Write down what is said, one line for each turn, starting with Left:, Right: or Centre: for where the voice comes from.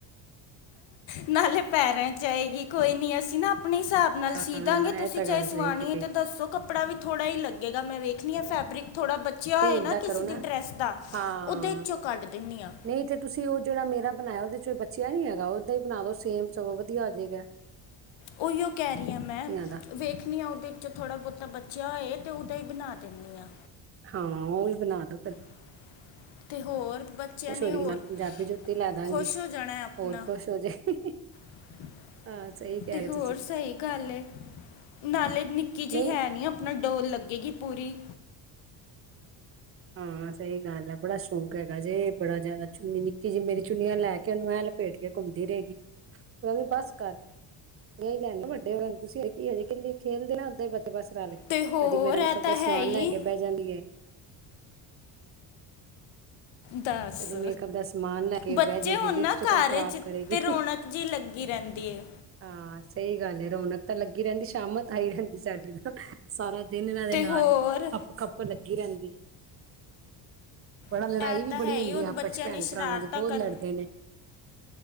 Left: ਨਾਲੇ ਪੈਰਾਂ ਚ ਆਏਗੀ, ਕੋਈ ਨੀ ਅਸੀਂ ਨਾ ਆਪਣੇ ਹਿਸਾਬ ਨਾਲ ਸੀਦਾਂਗੇ
Right: ਹਾਂ
Left: ਤੁਸੀਂ
Right: ਇਹ ਤਾਂ ਗੱਲ
Left: ਚਾਹੇ
Right: ਸਹੀ
Left: ਸਵਾਣੀਏ
Right: ਕਹੀ
Left: ਤੇ ਦੱਸੋ ਕੱਪੜਾ ਵੀ ਥੋੜਾ ਈ ਲੱਗੇਗਾ ਮੈਂ ਵੇਖਨੀ ਆਂ ਫੈਬਰਿਕ ਥੋੜਾ ਬ ਚੇਆ
Right: ਨਹੀਂ
Left: ਹੋਏ
Right: ਏਦਾਂ
Left: ਨਾ ਕਿਸੇ
Right: ਕਰੋ
Left: ਦੀ ਡਰੈੱਸ ਦਾ,
Right: ਹਾਂ
Left: ਉਦੇ ਚੋਂ ਕੱਢ ਦਿੰਨੀ ਹਾਂ।
Right: ਨਹੀਂ ਤੇ ਤੁਸੀਂ ਉ ਜੇੜਾ ਮੇਰਾ ਬਣਾਇਆ ਉਦੇ ਚੋਂ ਬਚਿਆ ਨੀ ਹੈਗਾ, ੳਦਾਂ ਈ ਬਣਾ ਦੋ ਸੇਮ ਸਗੋ ਵਧੀਆ ਹੋਜੇਗਾ।
Left: ਉਈਓ ਕੈ ਰਈ ਆਂ ਮੈਂ
Right: ਦਾ
Left: ਵੇਖਣੀ ਹਾਂ ਉਦੇ ਚ ਥੋੜਾ ਬੋਤਾ ਬੱਚਿਆ ਹੋਏ ਤੇ ਉਦਾ ਈ ਬਨਾ ਦਿੰਨੀ ਹਾਂ।
Right: ਹਾਂ ਉਈ ਬਣਾ ਦੋ ਫੇਰ
Left: <inaudible> ਤੇ ਹੋਰ ਬੱਚਿਆਂ ਨੇ
Right: ਹੋ ਜਾਏਗੀ
Left: ਹੋਰ
Right: ਨਾਲ ਪੰਜਾਬੀ ਜੁੱਤੀ ਲੈ ਦਾਂਗੀ
Left: ਖੋਸ਼ ਹੋ ਜਾਣਾ ਆਪਣਾ
Right: ਹੋਰ ਖੁਸ਼ ਹੋ ਜਾਏਗੀ
Left: <inaudible>
Right: ਹਾਂ ਸਹੀ ਕਹਿ
Left: ਤੇ
Right: ਰਹੇ
Left: ਹੋਰ
Right: ਤੁਸੀਂ
Left: ਸਹੀ ਗੱਲ ਏ, ਨਾਲੇ ਨਿੱਕੀ ਜਿਹੀ
Right: ਨਹੀਂ
Left: ਹੈ ਨੀ ਆਪਣਾ ਡੋਲ ਲੱਗੇਗੀ ਪੂਰੀ।
Right: ਹਾਂ ਸਈ ਗੱਲ ਐ, ਬੜਾ ਸ਼ੌਂਕ ਹੈਗਾ ਜੇ ਬੜਾ ਜਾਦਾ ਚੁਨੀ ਨੀਕਿ ਜਿ ਮੇਰੀ ਚੁੰਨੀਆਂ ਲੈ ਕੇ ਉਨੂੰ ਐ ਲਪੇਟ ਕੇ ਘੁੰਮਦੀ ਰਏਗੀ ਕਵਾਂਗੀ ਬੱਸ ਕਰ ਨਹੀਂ ਲੈਣੀ ਵੱਡੇ ਹੋ ਤੁਸੀਂ ਹਜੇ ਕਲੀ ਖੇਲਦੀ ਨਾ, ਰਲ ਕੇ
Left: ਤੇ ਹੋਰ
Right: ਕਦੀ ਮੇਰਾ
Left: ਇਹ
Right: ਮੇਕਅੱਪ
Left: ਤਾਂ
Right: ਦਾ
Left: ਹੈ
Right: ਸਮਾਨ
Left: ਹੀ
Right: ਲੈ ਕੇ ਬੈ ਜਾਂਦੀ ਏ।
Left: ਦੱਸ,
Right: ਕਦੀ ਮੇਕਅਪ ਦਾ ਸਮਾਨ ਲੈ ਕੇ
Left: ਬੱਚੇ
Right: ਬਹਿ ਜਾਏਗੀ
Left: ਹੋਨ
Right: ਲਿਪਸਟਿਕਾਂ
Left: ਨਾ ਘਾਰ
Right: ਖਰਾਬ
Left: ਚ
Right: ਕਰੇਗੀ
Left: ਤੇ ਰੌਣਕ ਜਿ ਲੱਗੀ ਰੈਂਦੀ ਏ
Right: ਹਾਂ ਸਹੀ ਗੱਲ ਏ, ਰੌਨਕ ਤਾਂ ਲੱਗੀ ਰੈਂਦੀ ਸ਼ਾਮਤ ਆਈ ਰੈਂਦੀ ਸਾਡੀ ਤਾਂ ਸਾਰਾ ਦਿਨ ਇਨਾਂ ਦੇ
Left: ਤੇ
Right: ਨਾਲ
Left: ਹੋਰ
Right: ਖੱਪ -ਖੱਪ ਲੱਗੀ ਰੈਂਦੀ ਏ ਬੜਾ
Left: ਇਹ
Right: ਲੜਾਈ ਵੀ
Left: ਤਾਂ ਹੈ
Right: ਬੜੀ
Left: ਹੀ
Right: ਹੁੰਦੀ
Left: ਹੁਣ
Right: ਆ ਆਪਸ
Left: ਬੱਚਿਆਂ
Right: ਚ ਭੈਣ
Left: ਨੇ ਸ਼ਰਾਰਤਾਂ
Right: ਭਰਾਵਾਂ ਦੀ ਬਹੁਤ
Left: ਕਰ
Right: ਲੜਦੇ ਨੇ